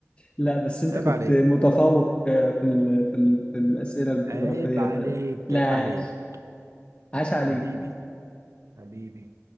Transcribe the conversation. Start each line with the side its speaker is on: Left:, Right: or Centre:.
Left: لا بس انت
Right: عيب
Left: كنت
Right: عليك
Left: متفوق آه، في ال في ال في الاسئله الجغرافيه
Right: عيب عليك
Left: فعلا لا
Right: عيب
Left: عاش
Right: عليك
Left: عاش عليك
Right: حبيبي حبيبي